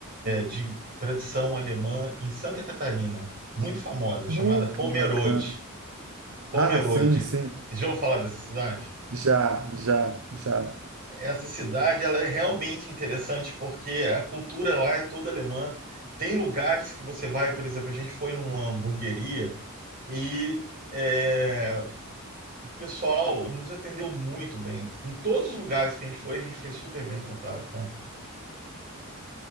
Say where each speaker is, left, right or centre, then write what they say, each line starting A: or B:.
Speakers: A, on the right (about 40°); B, on the right (about 70°).
A: de tradição alemã em Santa Catarina, muito famosa, chamada
B: Uh,
A: Pomerode.
B: que bacana.
A: Pomerode.
B: Ah, sim, sim.
A: Já ouviu falar dessa cidade?
B: Já, já, já.
A: Essa cidade ela é realmente interessante porque a cultura lá é toda alemã. Tem lugares que você vai, por exemplo, a gente foi numa hamburgueria e é, o pessoal nos atendeu muito bem. Em todos os lugares que a gente foi, a gente foi super bem tratado, tá?